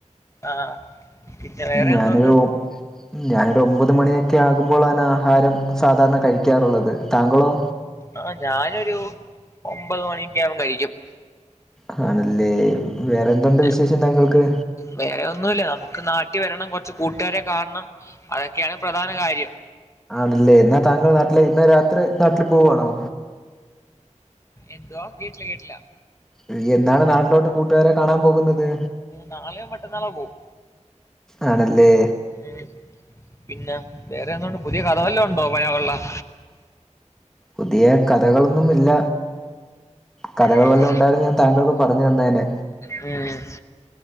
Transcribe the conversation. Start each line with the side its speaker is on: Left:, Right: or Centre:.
Left: ആഹ് പിന്നെ വേറെ
Centre: ഞാനൊരു
Left: എന്തുണ്ട്
Centre: ഒമ് ഞാനൊരു ഒമ്പത് മണിയൊക്കെ ആകുമ്പോളാണ് ആഹാരം സാധാർണ കഴിക്കാറുള്ളത് താങ്കളോ
Left: ആഹ് ഞാനൊരു ഒമ്പത് മണിക്കെയാവുമ്പ കഴിക്കും
Centre: ഹാണ്ല്ലേ വേറെന്തുണ്ട്
Left: പിന്നെ
Centre: വിശേഷം താങ്കൾക്ക്
Left: വേറെ ഒന്നുല്ല നമുക്ക് നാട്ടി വരണം കൊർച്ച് കൂട്ടേരെ കാണ്ണം അതൊക്കെയാണ് പ്രധാന കാര്യം
Centre: ആണ്ല്ലേ ന്നാതാങ്കൾ നാട്ടിലെ ഇന്ന് രാത്രി നാട്ടിൽ പോവാണോ
Left: എന്തുവാ കേട്ടില കേട്ടിലാ
Centre: ഇനി എന്നാണ് നാട്ടിലോട്ട് കൂട്ടുകാരെ കാണാൻ പോകുന്നത്
Left: നാളെയോ മറ്റന്നാളോ പോവും
Centre: ആണല്ലേ
Left: ഉം പിന്നെ വേറെന്തുണ്ട് പുതിയ കഥവല്ലൊണ്ടോ മയ വള്ളം
Centre: പുതിയ കഥകളൊന്നുമില്ല കഥകൾ
Left: ഉം
Centre: വല്ലതുണ്ടായിരുന്നെങ്കിൽ താങ്കൾക്ക് പറഞ്ഞു തന്നേനെ
Left: ഉം